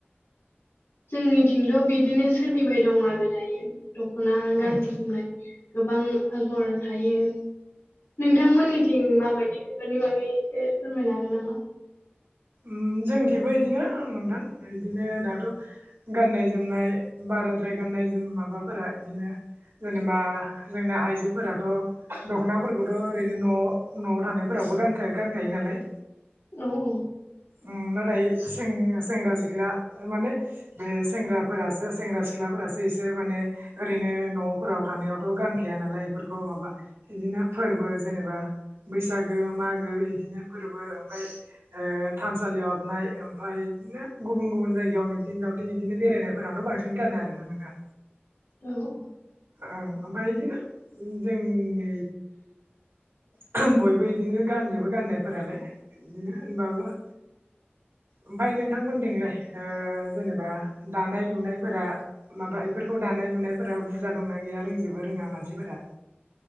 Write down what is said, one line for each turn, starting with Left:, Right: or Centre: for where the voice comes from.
Left: जोंनिथिंथ' बिदिनो सोलिबाय दं आरो दायो द'खना गाननाय
Right: उम
Left: जोमनाय गोबां आगर थायो। नोंथांमोननिथिं माबायदि बेफोरनि बागै एसे फोरमायनो हागोन नामा?
Right: उम जोंथिंबो इदिनो नोंथां इदिनो दाथ' गाननाय जोमनाय बा बाराद्राय गाननाय जोम माबाफोरा इदिनो जेनेबा जोंना आइजोफोराथ' द'खनाफोरखौथ' ओरैनो न'आव न'आव थानायफोरावबो गानखा गानखायो नालाय।
Left: औ औ।
Right: ओं नाथाय सें-सेंग्रा सिख्ला माने बे सेंग्राफोरासो सेंग्रा सिख्ला फोरासो इसोर माने ओरैनो न'फोराव थानायावथ' गानखाया नालाय इफोरखौ माबा इदिनो फोरबो जेनेबा बैसागो मागो इदिनो फोरबो ओमफाय ओ थानसालियाव हाबनाय ओमफाय बिदिनो गुबुन गुबुन जायगायाव मिथिं दावथिं बिदिनो बेरायनायफोरावनो बांसिन गाननाय आरो ना नोंथां।
Left: औ।
Right: ओं ओमफाय बिदिनो जोंनि <unintelligible> बयबो बिदिनो गानजोबो गाननायफोरालाय बिदिनो होनबाबो ओमफाय नोंथांमोनथिंलाय ओ जेनेबा दानाय लुनायफोरा माबा इफोरखौ दा नाय लुनायफोरा बुरजा दंना गैया रोंजोबो रोङा मानसिफोरा